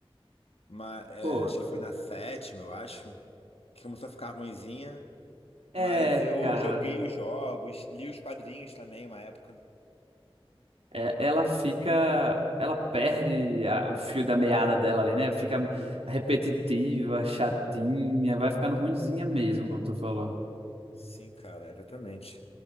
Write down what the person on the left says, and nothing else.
Mas, é,
acho que foi na sétima, eu acho. Que começou a ficar ruinzinha.
Mas eu
joguei os jogos, li os quadrinhos também, uma época.
Sim, cara, exatamente.